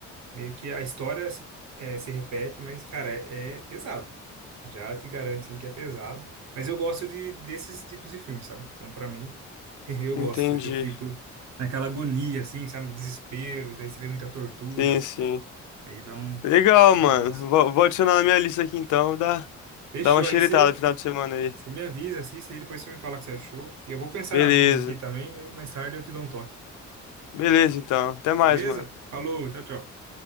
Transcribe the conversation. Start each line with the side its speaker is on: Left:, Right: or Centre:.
Right: Meio que a história se, é, se repete, mas, cara, é, é pesado. Já te garanto, assim, que é pesado. Mas eu gosto de, desses tipos de filmes, sabe? Então, pra mim, <laughs> eu
Left: entendi.
Right: gosto. Eu já fico naquela agonia, assim, sabe? Desespero. Daí você vê muita tortura.
Left: Sim, sim.
Right: Aí dá um...
Left: Legal, mano.
Right: Eu gosto.
Left: Vou, vou adicionar na minha lista aqui então. Dá,
Right: Fechou.
Left: dá uma xeritada
Right: Aí você,
Left: no final de semana aí.
Right: você me avisa, assiste aí. Depois você me fala o que você achou. E eu vou pensar
Left: Beleza.
Right: em alguns aqui também. Aí mais tarde eu te dou um toque.
Left: Beleza, então. Até mais,
Right: Beleza?
Left: mano.
Right: Falou, tchau, tchau.